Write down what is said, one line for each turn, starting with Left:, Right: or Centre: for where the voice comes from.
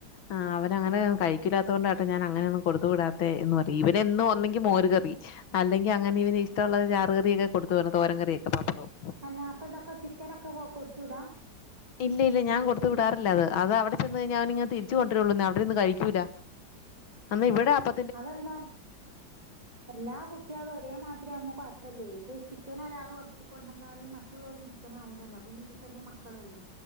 Left: ആഹ് അവനങ്ങനെ കഴിക്കൂല്ലാത്തോണ്ടട്ടോ ഞാൻ അങ്ങനെ ഒന്നും കൊടുത്ത് വിടാത്തെ എന്ന് പറയും ഇവനെന്നും ഒന്നെങ്കി മോരുകറി അല്ലെങ്കിൽ അങ്ങനെ ഇവന് ഇഷ്ടുള്ള ചാറുകറിയൊക്കെ കൊടുത്തു വിടണം തോരൻ കറി ഒക്കെ പപ്പടവും
Right: അല്ല അപ്പ ഇതൊക്കെ ചിക്കനൊക്കെ കൊടുത്തു വിടാ
Left: ഇല്ല ഇല്ല ഞാൻ കൊടുത്തു വിടാറില്ല അത് അത് അവിടെ ചെന്ന് കഴിഞ്ഞാ അവൻ ഇങ്ങനെ തിരി ച്ചു കൊണ്ടിരുള്ളുന്നേ അവിടെര്ന്ന് കഴിക്കൂല എന്ന ഇവിടെ അപ്പ
Right: അതെന്താ എല്ലാ കുട്ടികളും ഒരേ മാതിരി ആവുമ്പോ കൊഴപ്പല്ലേ ഇത് ചിക്കൻ ഒരാള് കൊടുത്തു കൊണ്ടന്നാല് മറ്റുള്ളോരും ചി ക്കനാവുല്ലല്ലോ അപ്പൊ ഇന്ന് പ്പോ ചെറിയ മക്കളല്ലേ